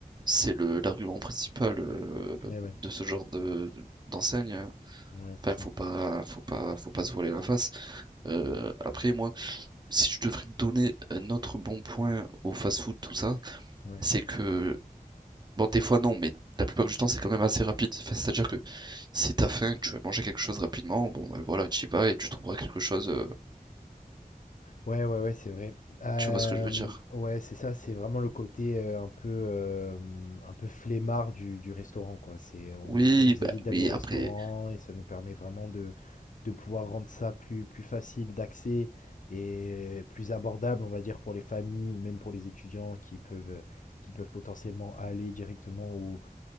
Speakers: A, on the right; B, on the left.
A: c'est le, l'argument principal euh,
B: Et ouais,
A: de ce genre de, d'enseigne.
B: ouais, c'est
A: Enfin,
B: ça.
A: faut pas, faut pas, faut pas se voiler la face. Euh, après, moi, si je devrais donner un autre bon point au fast-food, tout ça,
B: Ouais.
A: c'est que, bon, des fois non, mais la plupart du temps, c'est quand même assez rapide. Enfin, c'est-à-dire que si t'as faim, tu veux manger quelque chose rapidement, bon, bah, voilà, tu y vas et tu trouveras quelque chose. euh,
B: Ouais, ouais, ouais, c'est vrai. Hem,
A: tu vois ce que je veux dire?
B: ouais, c'est ça, c'est vraiment le côté, heu, un peu, hem, un peu flemmard du du restaurant, quoi. C'est on
A: Oui,
B: ça nous
A: bah,
B: évite d'aller
A: oui,
B: au restaurant
A: après,
B: et ça nous permet vraiment de de pouvoir rendre ça plus plus facile d'accès et plus abordable, on va dire, pour les familles ou même pour les étudiants qui peuvent, qui peuvent potentiellement aller directement au